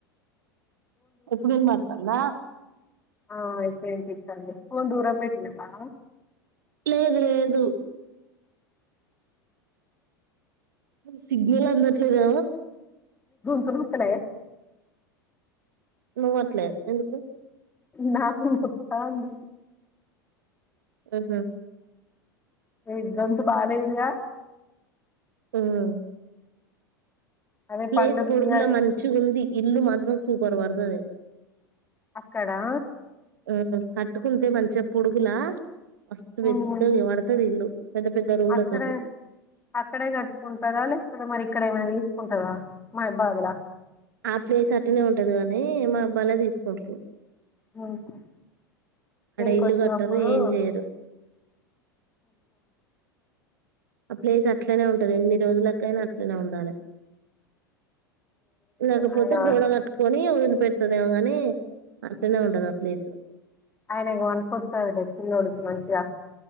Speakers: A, on the right (about 65°); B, on the left (about 15°).
A: ఎప్పుడన్న వత్తాందా
B: ఆ అయితే ఏంటి ఎంతిత్తాంది చెప్పు ఫోన్ దూరం పెట్నావా
A: లేదు లేదు సిగ్నల్ అందట్లేదా
B: <unintelligible> వస్తలే
A: నువట్లే ఎందుకు
B: నాకు వస్తాంది
A: మ్మ్ హ్మ్
B: ఇద్దంతు బాలేదు గా
A: మ్మ్
B: అదే
A: ప్లేస్
B: పండుకి
A: పొడుగుల మంచి గుంది ఇల్లు మాత్రం సూపర్ పడ్తాది
B: అక్కడా
A: మ్మ్ హ్మ్ కట్టుకుంటే మంచిగా పొడుగులా మస్తు పెద్దగా
B: ఉమ్
A: పడుతది ఇల్లు పెద్ద పెద్ద రూమ్ల
B: అక్కడే
A: తోటి
B: అక్కడే కట్టుకుంటరా లేకపోతే మరి ఇక్కడ ఏమైనా తీసుకుంటారా మా ఇబ్బాగులా
A: ఆ ప్లేస్ అట్లనే ఉంటది గానీ మా అబ్బాలే తీసుకుంటాను
B: మ్మ్ హ్మ్ ఈడికి
A: ఇల్లు
B: వచ్చినప్పుడు
A: కట్టరు ఏం చేయరు ఆ ప్లేస్ అట్లనే ఉంటది ఎన్ని రోజులకైనా అట్లనే ఉండాలి లేకపోతే
B: ఆయన
A: గోడ కట్టుకొని పెడుతదేమో గాని అట్టనే ఉండదు ఆ ప్లేస్
B: ఆయన మనికొస్తారులే చిన్నోడికి మంచిగా